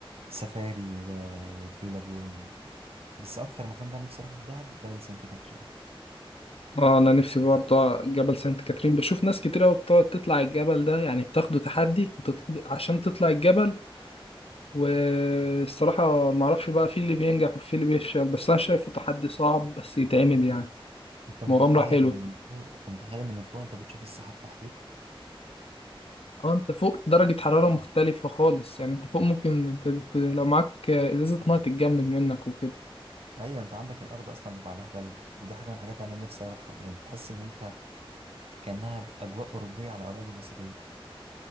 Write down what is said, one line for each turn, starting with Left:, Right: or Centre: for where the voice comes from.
Right: سفاري و- وبلو لاجون بس اكتر مكان بقى نفسي اروحه في دهب جبل سانت كاترين
Left: اه انا نفسي برضه جبل سانت كاترين بشوف ناس كتير قوي بتقعد تطلع الجبل ده يعني بتاخده تحدي وتطل... عشان تطلع الجبل والصراحة ما اعرفش بقى في اللي بينجح وفي اللي بيفشل بس انا شايفه تحدي صعب بس يتعمل يعني
Right: انت متخيل
Left: مغامرة حلوة
Right: إن فوق انت متخيل ان من فوق انت بتشوف السحاب تحتك
Left: اه انت فوق درجة حرارة مختلفة خالص يعني انت فوق ممكن ت... ت- لو معاك ازازة مية تتجمد منك وكده
Right: ايوه انت عندك الارض اصلا بيبقى عليها ثلج ودي حاجه من الحاجات اللي انا نفسي اروحها يعني تحس ان انت كانها ج- اجواء اوروبيه على اراضي مصريه